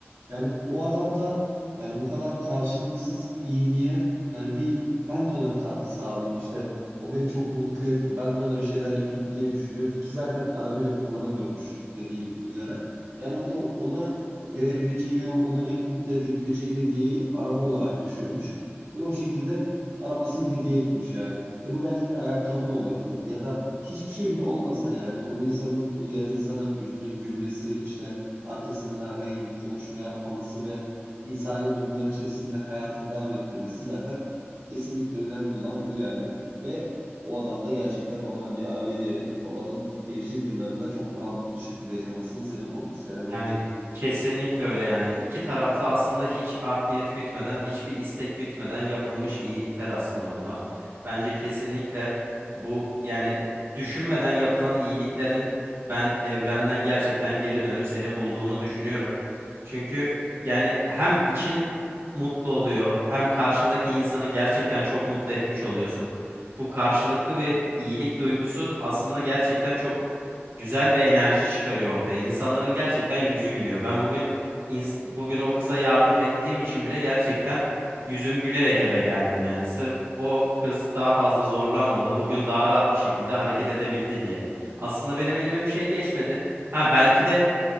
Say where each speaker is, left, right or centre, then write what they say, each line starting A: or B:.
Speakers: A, on the right; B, on the right.
A: Yani o adam da yani bu kadar karşılıksız iyiliğe yani bir ben de ona bir katkı sağlayayım işte o beni çok mutlu etti ben de ona bir şeyler yapayım diye düşünüyor ki zaten arabayı da kullanamıyormuş dediğin üzere. Yani o da ona verebileceği ve onu en mutlu edebileceği hediyeyi araba olarak düşünmüş ve o şekilde arabasını hediye etmiş yani. Ve bu belki bir ayakkabı da olabilirdi ya da hiçbir şey bile olmasa yani o insanın o diğer insana yüzünün gülmesi işte arkasından herhangi bir konuşma yapmaması ve insani duygular içerisinde hayatını devam ettirmesi zaten kesinlikle önemli olan bu yani. Ve o adam da gerçekten babana bir araba hediye babanın gençlik yıllarında çok daha mutlu şekilde yaşamasına sebep olmuş yani bence.
B: Yani kesinlikle öyle yani iki taraflı aslında hiç art niyet gütmeden, hiçbir istek gütmeden yapılmış iyilikler aslında bunlar. Bence kesinlikle bu yani düşünmeden yapılan iyiliklerin ben evrenden gerçekten geri dönüp seni bulduğunu düşünüyorum. Çünkü yani hem için mutlu oluyor, hem karşındaki insanı gerçekten çok mutlu etmiş oluyorsun. Bu karşılıklı bir iyilik duygusu aslında gerçekten çok güzel bir enerji çıkarıyor ortaya. İnsanların gerçekten yüzü gülüyor. Ben bugün ins- bugün o kıza yardım ettiğim için bile gerçekten yüzüm gülerek eve geldim. Yani sırf o kız daha fazla zorlanmadı. Bugün daha rahat bir şekilde hareket edebildi diye. Aslında benim elime bir şey geçmedi. Ha belki de